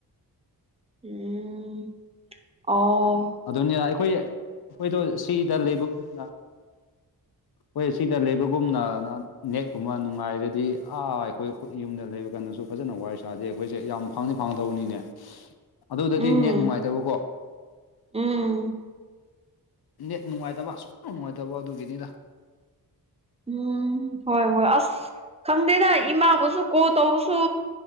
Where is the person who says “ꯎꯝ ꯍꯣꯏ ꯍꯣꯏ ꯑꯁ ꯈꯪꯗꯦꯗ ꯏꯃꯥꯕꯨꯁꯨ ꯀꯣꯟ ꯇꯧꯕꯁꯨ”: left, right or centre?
Right